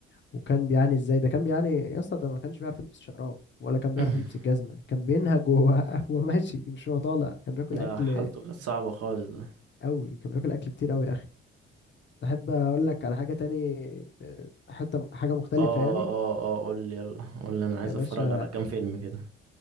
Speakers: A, on the left; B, on the right.
A: وكان بيعاني ازاي ده كان بيعاني يا اسطى ده ما كانش بيعرف يلبس شراب ولا كان بيعرف
B: <laughs>
A: يلبس الجزمة كان بينهج وهو <laughs> وهو ماشي مش هو طالع كان بياكل أكل
B: ده حالته كانت صعبة خالص ده
A: قوي كان بياكل أكل كتير قوي يا أخي تحب اقول لك على حاجة تاني ب- حتة حاجة مختلفة
B: اه
A: يعني
B: اه اه قول لي يلا قول لي انا عايز
A: يا باشا
B: اتفرج على كام فيلم كده <laughs>